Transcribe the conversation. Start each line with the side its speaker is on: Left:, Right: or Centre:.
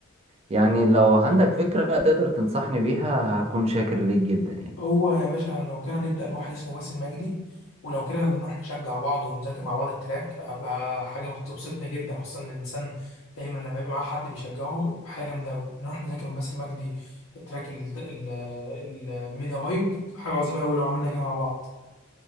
Right: يعني لو عندك فكرة تقدر تنصحني بيها هكون شاكر ليك جدا يعني
Left: هو يا باشا لو كده نبدأ بواحد اسمه باسم مجدي ولو كده نروح نشجع بعض ونذاكر مع بعض التراك هبقى حاجة بتبسطني جدا خصوصا إن الإنسان دايما لما يبقى معاه حد بيشجعه يبقى حاجة جامدة أوي نروح نذاكر من باسم مجدي التراك ال- ال- ال- الميديا باينج تبقى حاجة عظيمة أوي لو عملنا كده مع بعض